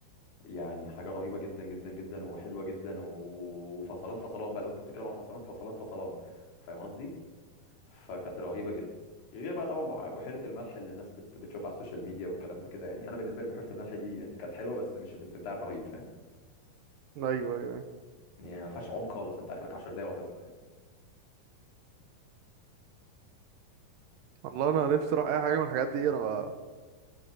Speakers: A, on the left; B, on the right.
A: يعني حاجة رهيبة جدا جدا جدا وحلوة جدا وفصلان فصلان بقى لو أنت بتتكلم عن فصلان فصلان فصلان فاهم قصدي؟ فكانت رهيبة جدا غير بقى طبعا بح- بحيرة الملح اللي الناس بت- بتشوفها على السوشيال ميديا والكلام ده كده يعني أنا بالنسبة لي بحيرة الملح دي يعني كانت حلوة بس مش الاستمتاع الرهيب فاهم؟
B: ايوه ايوه أيوة.
A: يعني ما فيهاش عوم خالص انت اخرك 10 دقايق وهتطلع يعني
B: والله
A: لا
B: انا نفسي اروح اي حاجه من الحاجات دي انا